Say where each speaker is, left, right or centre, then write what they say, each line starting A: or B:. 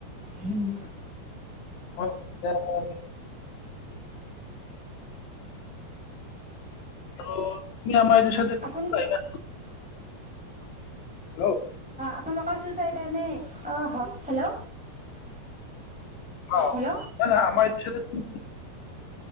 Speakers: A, in the centre; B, on the left (about 80°).
A: হম
B: অ কম ত তুমি আমাৰ চাইডে আহিবা
A: আপুনি
B: হেল্ল'
A: আপোনালোকৰ সেইটো চাইডে নে অঁ হয় হেল্ল'
B: অ নাই
A: হেল্ল'
B: নাই আমাৰ ইছা উ